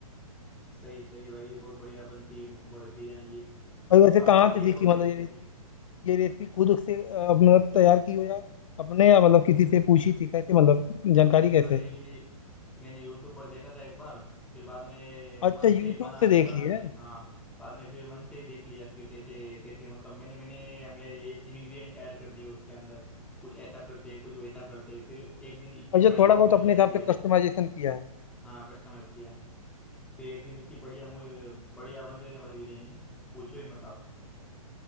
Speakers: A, in the centre; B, on the left (about 60°).
A: <laughs> सही सही भाई ये बहुत बढ़िया बनती है मुंह बड़ी बिरयानी ये
B: भाई वैसे
A: आपको
B: कहाँ
A: आती
B: से
A: है
B: सीखी
A: क्या कौन
B: मतलब
A: सी डिश
B: ये रेसिपी
A: है
B: ये रेसिपी खुद से अ, मतलब तैयार की हो या अपने या मतलब किसी से पूछी थी कैसे मतलब जानकारी
A: नहीं
B: कैसे
A: भाई मैंने यूट्यूब पर देखा था एक बार फिर बाद में
B: अच्छा
A: मन
B: यूट्यूब
A: से ही बनाने
B: से देखी
A: बनाने
B: है
A: हाँ बाद में फिर मन से ही देख लिया कि कैसे कैसे मतलब मैंने मैंने मेरे इंग्रेडिएंट ऐड कर दिए उसके अंदर कुछ ऐसा करते कुछ वैसा करते फिर एक दिन इतनी
B: अच्छा
A: बढ़िया
B: थोड़ा
A: बन
B: बहुत
A: गई
B: अपने
A: ना यार
B: हिसाब
A: बिरयानी
B: से कस्टमाइजेशन किया है
A: हाँ कस्टमाइज किया फिर एक दिन इतनी बढ़िया मु- बढ़िया बन गई ना भाई बिरयानी पूछो ही मत आप